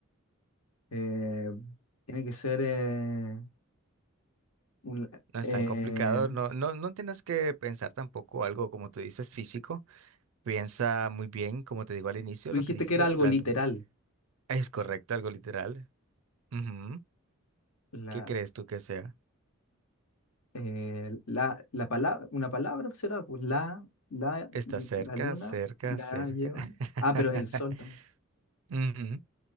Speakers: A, on the left (about 80°); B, on the right (about 75°).
A: eh, tiene que ser, eh, un-
B: No es
A: eh,
B: tan complicado, no, no, no tienes que pensar tampoco algo como tú dices físico, piensa muy bien, como te digo al inicio,
A: tú
B: lo
A: dijiste
B: que dice
A: que era algo
B: la
A: literal,
B: luna. Es correcto, algo literal. Ujú.
A: la,
B: ¿Qué crees tú que sea?
A: eh, la, la palabra, una palabra será, pues la, la,
B: Está cerca,
A: la luna,
B: cerca,
A: la
B: cerca.
A: llevan,
B: <laughs>
A: ah, pero el sol también.
B: Ujú.